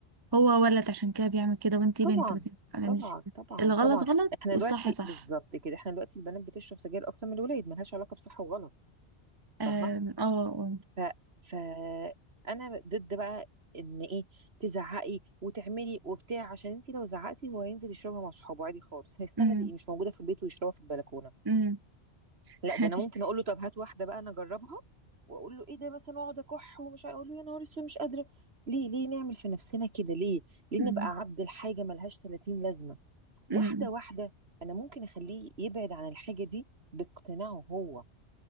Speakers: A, on the right; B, on the right.
A: هو ولد عشان كده بيعمل كده وانتي
B: طبعا
A: بنت ما تعملش
B: طبعا
A: كده
B: طبعا
A: الغلط
B: طبعا
A: غلط
B: احنا
A: والصح
B: دلوقتي
A: صح
B: بالظبط كده احنا دلوقتي البنات بتشرب سجاير اكتر من الولاد ملهاش علاقه بصح وغلط فاهمه
A: أم، اه اه
B: ف فانا ضد بقى ان ايه تزعقي وتعملي وبتاع عشان انت لو زعقتي هو هينزل يشربها مع صحابه عادي خالص هيستنى
A: أم،
B: تبقي مش موجوده في البيت ويشربها في البلكونه
A: أم،
B: لا
A: <laughs>
B: ده انا ممكن اقول له طب هات واحده بقى انا اجربها واقول له ايه ده مثلا واقعد اكح ومش عارف- اقول له يا نهار اسود مش قادره ليه ليه نعمل في نفسنا كده ليه ليه
A: أم،
B: نبقى عبد الحاجه ملهاش 30 لازمه
A: أم.
B: واحده واحده انا ممكن اخليه يبعد عن الحاجه دي باقتناعه هو